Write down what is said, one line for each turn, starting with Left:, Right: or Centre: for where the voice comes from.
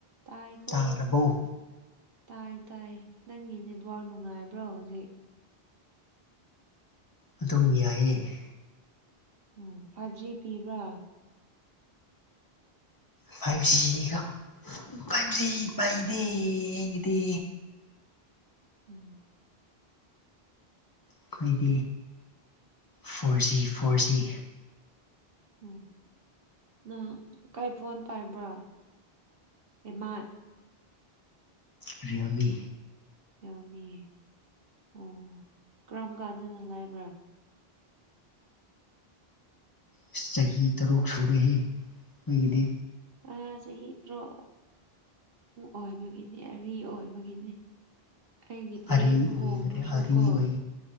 Right: ꯇꯥꯏꯀꯣ
Left: ꯇꯥꯔꯕꯧ
Right: ꯇꯥꯏ ꯇꯥꯏ ꯅꯪꯒꯤ ꯅꯦꯠꯋꯥꯔꯥꯛ ꯅꯨꯡꯉꯥꯏꯕ꯭ꯔꯣ ꯍꯧꯖꯤꯛ
Left: ꯑꯗꯨꯝ ꯌꯥꯏꯌꯦ
Right: ꯑꯣ ꯐꯥꯏꯚ ꯖꯤ ꯄꯤꯕ꯭ꯔꯥ
Left: ꯐꯥꯏꯚꯖꯤꯒ ꯐꯥꯏꯚꯖꯤ ꯄꯥꯏꯗꯤ ꯑꯩꯒꯤꯗꯤ
Right: ꯎꯝ
Left: ꯑꯩꯈꯣꯏꯗꯤ ꯐꯣꯔ ꯖꯤ ꯐꯣꯔ ꯖꯤ
Right: ꯎꯝ ꯅꯪ ꯀꯥꯏ ꯐꯣꯟ ꯄꯥꯏꯕ꯭ꯔꯣ ꯏꯃꯥꯏ
Left: ꯔꯔꯤꯌꯃꯤ
Right: ꯌꯥꯃꯤ ꯑꯣ ꯀꯔꯝ ꯀꯥꯟꯗꯅ ꯂꯥꯏꯕ꯭ꯔꯥ
Left: ꯑꯁ ꯆꯍꯤ ꯇꯔꯨꯛ ꯁꯨꯔꯦꯍꯦ ꯑꯩꯈꯣꯏꯒꯤꯗꯤ
Right: ꯑ ꯆꯍꯤ ꯊ꯭ꯔꯣ ꯑꯣꯏꯕꯒꯤꯅꯤ ꯑꯔꯤ ꯑꯣꯏꯕꯒꯤꯅꯤ ꯑꯩꯒꯤꯗꯤ
Left: ꯑꯔꯤ
Right: ꯍꯣꯡꯂꯁꯨ
Left: ꯑꯣꯏꯈ꯭ꯔꯦ ꯑꯔꯤ
Right: ꯀꯣ
Left: ꯑꯣꯏ